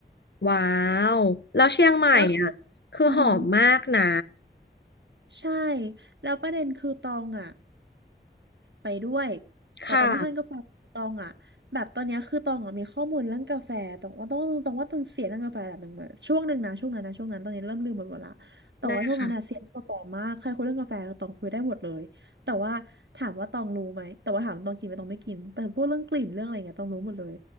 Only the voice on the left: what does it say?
ว้าวแล้วเชียงใหม่อ่ะคือหอมมากนะ
ค่ะได้